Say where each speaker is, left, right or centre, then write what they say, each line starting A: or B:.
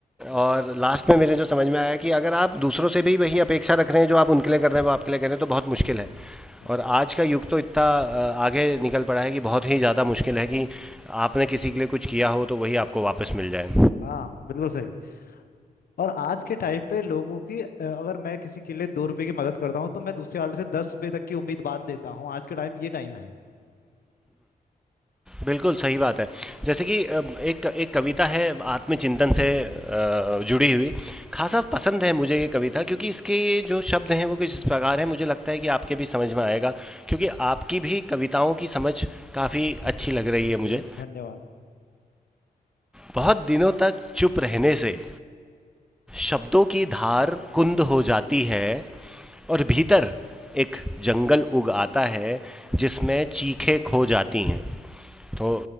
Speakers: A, in the centre; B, on the left.
A: और लास्ट में मेरे जो समझ में आया कि अगर आप दूसरों से भी वही अपेक्षा रख रहे हैं जो आप उनके लिए कर रहे हैं वो आपके लिए कर रहे हैं तो बहुत मुश्किल है
B: हाँ
A: और आज का युग तो इतना अ, आगे निकल पड़ा है कि बहुत ही ज़्यादा मुश्किल है कि आपने किसी के लिए कुछ किया हो तो वही आपको वापस मिल जाए
B: हाँ बिल्कुल सही और आज के टाइम पे लोगों की अ, अगर मैं किसी के लिए दो रुपए की मदद करता हूँ तो मैं दूसरे वाले से दस रुपए तक की उम्मीद बांध लेता हूँ आज के टाइम ये टाइम है
A: बिल्कुल सही बात है। जैसे कि अ, एक एक कविता है आत्मचिंतन से अ, जुड़ी हुई। खासा पसंद है मुझे ये कविता क्योंकि इसके ये जो शब्द हैं वो कुछ इस प्रकार हैं, मुझे लगता है कि आपके भी समझ में आएगा क्योंकि आपकी भी कविताओं की समझ काफ़ी अच्छी लग रही है
B: हाँ,
A: मुझे।
B: धन्यवाद
A: बहुत दिनों तक चुप रहने से शब्दों की धार कुंद हो जाती है और भीतर एक जंगल उग आता है जिसमें चीखें खो जाती हैं। तो